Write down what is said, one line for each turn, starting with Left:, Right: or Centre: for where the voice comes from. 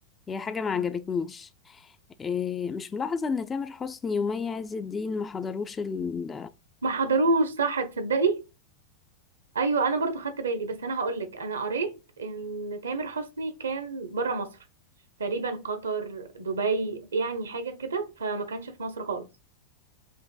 Left: هي حاجة ما عجبتنيش آه، مش ملاحظة إن تامر حسني ومي عز الدين ما حضروش ال-
Right: ما حضروش صح تصدقي ايوه انا برضو خدت بالي بس انا هقولك انا قريت ان تامر حسني كان بره مصر تقريبا قطر دبي يعني حاجة كده فما كانش في مصر خالص